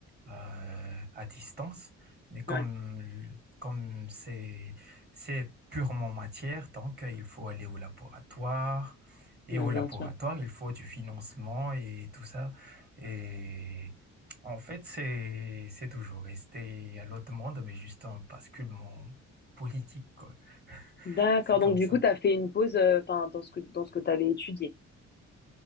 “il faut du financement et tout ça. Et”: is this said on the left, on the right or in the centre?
Right